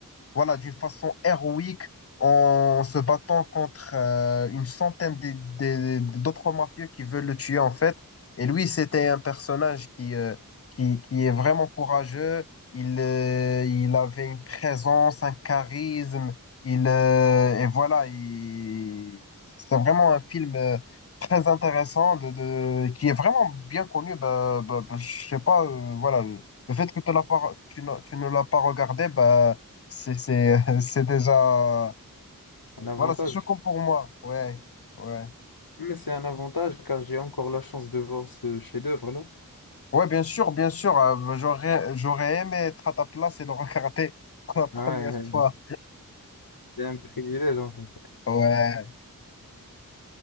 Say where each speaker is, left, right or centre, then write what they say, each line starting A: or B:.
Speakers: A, on the left; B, on the left.
A: voilà, d'une façon héroïque en se battant contre euh, une centaine des- des- d'autres mafieux qui veulent le tuer en fait. Et lui, c'était un personnage qui, euh, qui, qui est vraiment courageux. Il, euh, il avait une présence, un charisme. Il, euh, et voilà, il... c'est vraiment un film euh, très intéressant de, de... qui est vraiment bien connu. Bah, bah, bah, je sais pas, euh, voilà, le fait que tu l'as pas, tu, n'as- tu ne l'as pas regardé, bah, c'est, c'est, <laughs> c'est déjà.
B: Un avantage.
A: Voilà, c'est choquant pour moi. Ouais, ouais.
B: Mais c'est un avantage car j'ai encore la chance de voir ce chef-d'œuvre-là.
A: Ouais, bien sûr, bien sûr. euh, j'aurais, j'aurais aimé être à ta place et le regarder <laughs> pour la première
B: Ouais,
A: fois.
B: c'est un privilège en fait.
A: Ouais.